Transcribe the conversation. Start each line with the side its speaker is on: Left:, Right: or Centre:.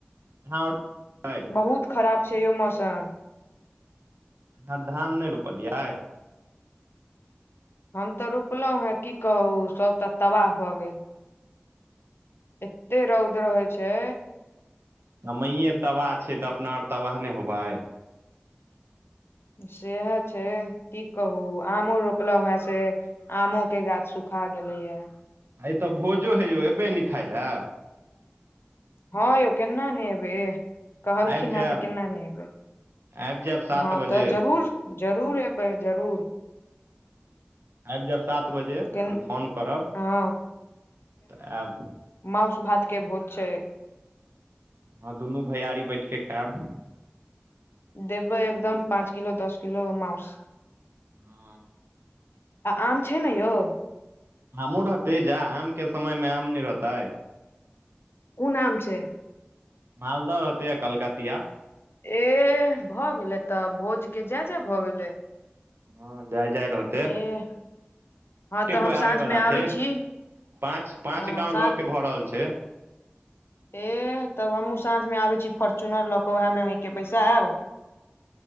Right: आहाँ
Left: बहुत खराब छै यौ मौसम
Right: आहाँ अर धान नहि रोपलियै
Left: हम तऽ रोपलहुं हैं की कहूं सब तऽ तबाह भऽ गेल एते रौद रहे छै
Right: समये तबाह छै तऽ अपना आर तबाह नहि होबै
Left: सएहे छै की कहू आमो रोपलहुँ हऽ से आमो के गाछ सुखा गेले हय
Right: आइ तऽ भोजो है यौ अयबै अनि खाय लए
Left: हँ यौ केना नै एबै एह कहलखिन
Right: आबि जायब
Left: है तऽ केना नै एबै
Right: आबि जायब सात
Left: हँ
Right: बजे
Left: तऽ जरूर जरूर अबै जरूर
Right: आबि जायब सात बजे,
Left: के
Right: हम फोन करब
Left: हँ
Right: तऽ आयब
Left: माउंस भातके भोज छै
Right: हँ दुनू भैआरी बैठके खायब,
Left: देबै एकदम पाँच किलो दस किलो माउस
Right: हँ
Left: आ आम छै ने यौ?
Right: आमो रहतै जा आमके समयमे आम नहि रहतै!
Left: कुन आम छै?
Right: मालदह रहतै आ कलकतिया।
Left: एह भऽ गेलै तब, भोजके जय-जय भऽ गेलै।
Right: हँ जय-जय रहत
Left: एह! हँ तऽ हम
Right: कोइ
Left: साँझमे
Right: आबे बला
Left: आबै
Right: छै
Left: छी,
Right: पाँच पाँच
Left: हँ
Right: गाँव लऽ
Left: सात
Right: के भऽ रहल छै
Left: एह तब हमहूँ साँझमे आबै छी फोर्च्युनर लऽ कऽ ओहीमे अहींके बैसायब